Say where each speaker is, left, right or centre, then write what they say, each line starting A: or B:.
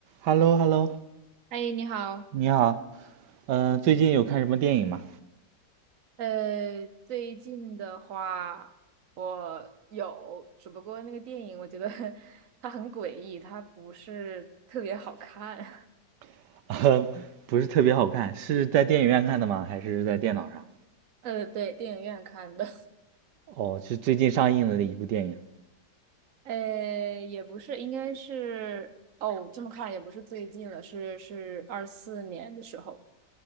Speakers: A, on the right; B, on the right.
A: h e l l o h e l l o
B: 哎，你好，
A: 你好，呃，最近有看什么电影吗？
B: 呃，最近的话，我有，只不过那个电影，我觉得 <laughs> 它很诡异，它不是特别好看。
A: <laughs> 呃，不是特别好看，是在电影院看的吗？还是在电脑上？
B: <laughs> 呃，对，电影院看的，
A: 哦，是最近上映的一部电影。
B: <laughs> 呃，也不是，应该是，哦，这么看也不是最近了，是是二四年的时候，